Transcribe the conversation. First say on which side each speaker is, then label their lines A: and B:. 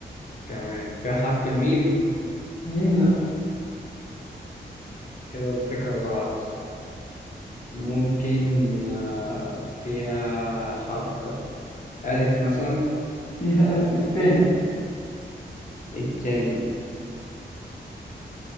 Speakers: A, on the left; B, on the left.
A: تمام فيها حرف الميم
B: ميم لا
A: كده الفكرة ضاعت ممكن آه، فيها حرف ألف مثلا
B: فيها ألف التاني
A: التاني